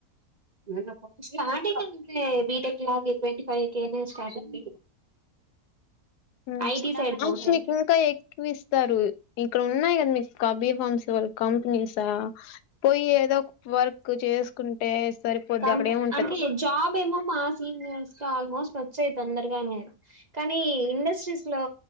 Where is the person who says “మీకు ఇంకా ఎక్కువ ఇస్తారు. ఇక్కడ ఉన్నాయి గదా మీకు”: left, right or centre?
Left